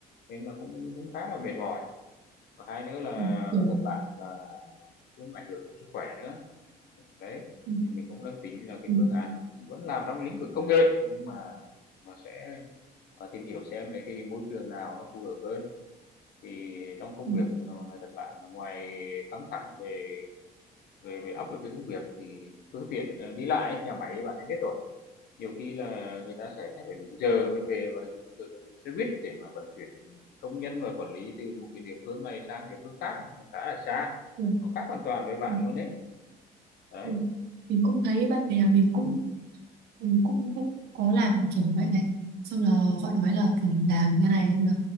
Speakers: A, on the left; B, on the right.
A: nên là cũng cũng khá là mệt mỏi và hai nữa là
B: ừ, ừ,
A: nói thật bạn là cũng ảnh hưởng đến sức khỏe nữa đấy
B: ừ,
A: thì mình cũng đang tính là cái
B: ừ,
A: phương án vẫn làm trong lĩnh vực công nghệ nhưng mà mà sẽ ờ, tìm hiểu xem lấy cái môi trường nào nó phù hợp hơn thì trong công
B: ừ,
A: việc thì nó nói thật bạn là ngoài căng thẳng về về về áp lực cái công việc thì phương tiện, ờ, đi lại ấy, nhà máy bạn ấy biết rồi, nhiều khi là người ta sẽ phải đúng giờ mới về và dùng thường là dùng xe buýt để mà vận chuyển, công nhân và quản lý từ một cái địa phương này sang địa phương khác, nó khá là xa,
B: ừ.
A: nó khác hoàn toàn với bạn
B: ừ.
A: luôn đấy. Đấy,
B: mình, mình cũng thấy bạn bè mình cũng mình cũng cũng có làm kiểu vậy này xong là họ nói là kiểu làm như này là